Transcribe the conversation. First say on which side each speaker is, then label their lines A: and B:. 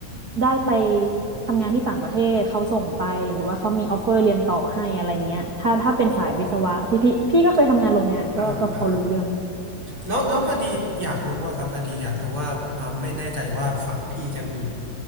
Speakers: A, on the right; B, on the right.
A: ได้ไปทำงานที่ต่างประเทศเขาส่งไปหรือว่าเขามีออฟเฟอร์เรียนต่อให้อะไรเงี้ยถ้าถ้าเป็นสายวิศวะที่พี่พี่ก็เคยทำงานโรงงานก็ก็พอรู้เรื่อง
B: แล้วอ่าอ่าแล้ว แล้วพอดีอยากรู้ว่าครับพอดีอยากรู้ว่าอ่าไม่แน่ใจว่าฝั่งพี่จะมี